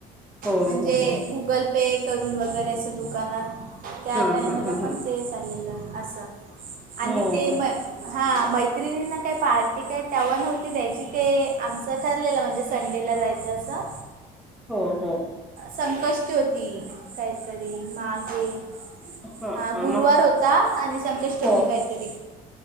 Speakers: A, in the centre; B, on the right.
A: हो
B: म्हणजे.
A: हो हो
B: गुगल पे करून वगैरे असं दुकानात. त्या
A: हा
B: टाइमाला
A: हा हा
B: पण
A: हा
B: ते चाललेलं असं आणि
A: हो
B: ते म. हा मैत्रिणी ना काय पार्टी काय तेव्हा नव्हती द्यायची ते आमचं ठरलेलं म्हणजे संडेला जायच. जसं.
A: हो हो
B: संकष्टी होती काहीतरी मागे.
A: हां
B: हा
A: हां
B: गुरुवार
A: मग
B: होता आणि संकष्टी
A: हो
B: होती काहीतरी